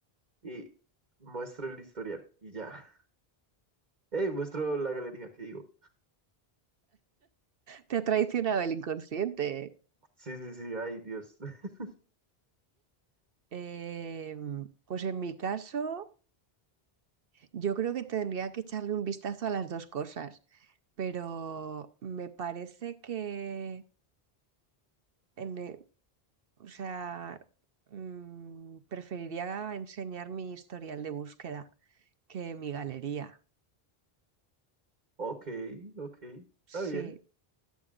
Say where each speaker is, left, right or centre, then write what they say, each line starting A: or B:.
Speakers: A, on the right; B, on the right.
A: y muestro el historial y ya. Hey, muestro la galería qué digo.
B: Te ha traicionado el inconsciente.
A: Sí, sí, sí, ay Dios. <laughs>
B: Eh, pues en mi caso, yo creo que tendría que echarle un vistazo a las dos cosas, pero me parece que en, eh, o sea, mm, preferiría enseñar mi historial de búsqueda que mi galería.
A: Ok, ok,
B: Sí,
A: está bien.